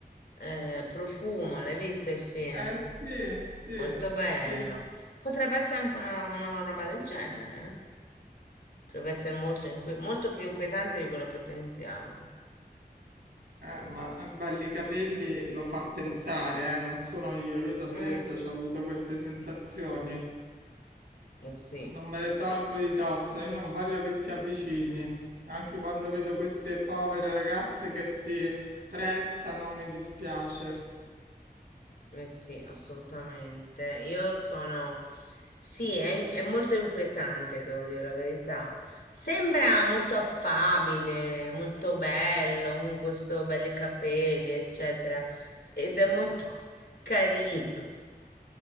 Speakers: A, on the left (about 70°); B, on the right (about 85°).
A: Eh, Profumo, l'hai visto il film?
B: Eh sì, sì,
A: Molto bello.
B: sì.
A: Potrebbe essere anche una, una roba del genere. eh. Potrebbe essere molto, inqui- molto più inquietante di quello che pensiamo.
B: Eh, ma eh, belli capelli lo fa pensare, eh, non sono io, io ti ho detto,
A: Mm,
B: ho avuto queste sensazioni,
A: eh sì.
B: non me le tolgo di dosso, io non voglio che si avvicini, anche quando vedo queste povere ragazze che si prestano, mi dispiace.
A: Eh sì, assolutamente. Io sono... Sì, è, in- è molto inquietante, devo dire la verità. Sembra molto affabile, molto bello, con questo belli capelli, eccetera. Ed è molto <laughs> carino.